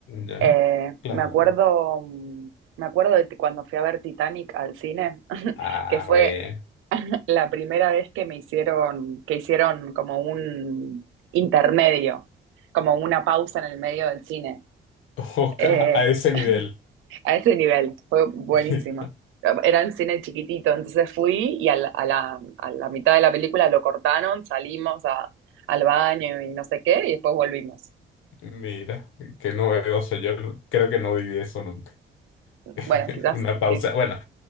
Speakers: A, on the left; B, on the right.
A: ¿Ya?
B: Eh,
A: Claro.
B: me acuerdo, mm, me acuerdo de ti- cuando fui a ver Titanic al cine, <laughs>
A: Ah,
B: que fue
A: bueno.
B: <laughs> la primera vez que me hicieron, que hicieron como un intermedio, como una pausa en el medio del cine.
A: <laughs> Oca,
B: Eh,
A: a ese
B: <laughs>
A: nivel.
B: A ese nivel, fue buenísimo.
A: <laughs>
B: Era un cine chiquitito, entonces fui y a la, a la, a la mitad de la película lo cortaron, salimos a- al baño y no sé qué, y después volvimos.
A: Mira, qué novedoso. Yo no- creo que no viví eso nunca. <laughs>
B: Bueno, quizás,
A: Una pausa.
B: quiz-
A: Bueno,